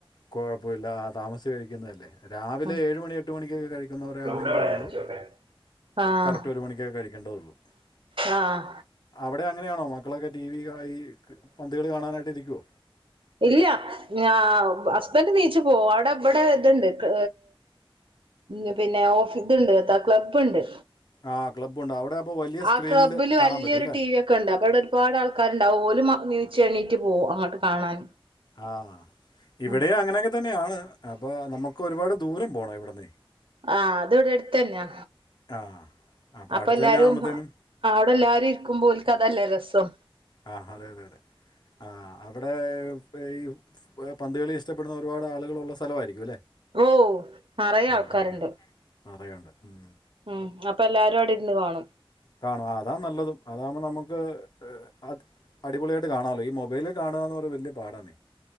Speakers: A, on the left; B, on the right.
A: കൊഴപ്പൊല്ല ആ താമസിച്ച് കഴി ഇന്നലെ രാവിലെ
B: ഉം
A: ഏഴ് മണി എട്ട് മണിക്കൊക്കെ കഴിക്കുന്നവരെ
B: ഗ്രൂപ്പിലൂടെ
A: ആണെങ്കിലേ
B: അയച്ചോക്കെ
A: ഉള്ളൂ
B: ആഹ്
A: കറക്റ്റ് ഒരു മണിക്കൊക്കെ കഴിക്കേണ്ടതുള്ളൂ
B: ആഹ്
A: അവിടെ അങ്ങനെയാണോ മക്കളൊക്കെ ടി വി ആ ഈ പന്തുകളി കാണാനായിട്ട് ഇരിക്കോ
B: ഇല്ല ഞാ ബ് ഹസ്ബൻഡറ് നീച്ചു പോവാൻ ട അബടെ ഇത്ണ്ട് ക്ക് എ പിന്നെ ഓഫീത്ണ്ട് ത ക്ലബ് ഇണ്ട്
A: ആ ക്ലബുണ്ട് അവിടെ അപ്പോൾ വലിയ സ്ക്രീനിൽ
B: ആ ക്ലബ്ബില്
A: കാണാൻ
B: വലിയൊരു
A: പറ്റും അല്ലേ
B: ടി വി ഒക്കെ ഒണ്ട് അപ്പ അവിടെ ഒരുപാട് ആൾക്കാരുണ്ടാവു ഓലുമാ നീച്ച് എണീറ്റ് പോകും അങ്ങോട്ട് കാണാൻ
A: ആ ഇവിടെ
B: ഉം
A: അങ്ങനേക്കെ തന്നെയാണ് അപ്പൊ നമ്മു ക്ക് ഒരുപാട് ദൂരം പോണം ഇവിടുന്നേ
B: ആ അത് ഇവിടത്തന്നാ
A: ആ അപ്പോൾ
B: അപ്പൊ
A: അടുത്ത്
B: എല്ലാരും
A: തന്നെ ആകുമ്പോഴത്തേനും
B: അ അവിടെ എല്ലാരും ഇരിക്കുമ്പോ ഓല്ക്ക് അതല്ലെ രസം ഒ
A: ആ അതെ അതെ ആ അവിടെ ഇത്രയും ഏ പന്തുകളി ഇഷ്ടപ്പെടുന്ന ഒരുപാട് ആളുകളുള്ള സ്ഥലവായിരിക്കു അല്ലേ
B: ഓ നറയെ
A: ആ
B: ആൾക്കാരിണ്ട്
A: ആ ആ നിറയുണ്ട് ഉം
B: ഉം അപ്പ എല്ലാരും അവിടെ ഇരുന്ന് കാണും
A: കാണും ആ അതാ നല്ലതും അതാവുമ്പോ നമുക്ക് എ അത് അടിപൊളിയായിട്ട് കാണാല്ലോ ഈ മൊബൈല് കാണാന്നു പറയുന്ന വലിയ പാടാന്നേ.